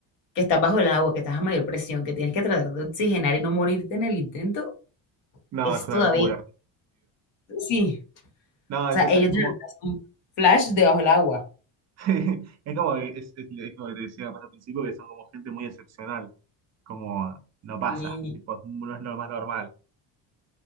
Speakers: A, on the left (about 75°); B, on the right (about 40°).
A: que estás bajo el agua, que estás a mayor presión, que tienes que tratar de oxigenar y no morirte en el intento,
B: No,
A: es
B: es una
A: todavía,
B: locura.
A: sí,
B: No,
A: o sea,
B: es, es,
A: ellos
B: es como,
A: tienen un flash debajo del agua.
B: <laughs> es como, que- es, es- es como que te decía más al principio, que son como gente muy excepcional. Como no pasa,
A: Y
B: tipo, no es lo más normal.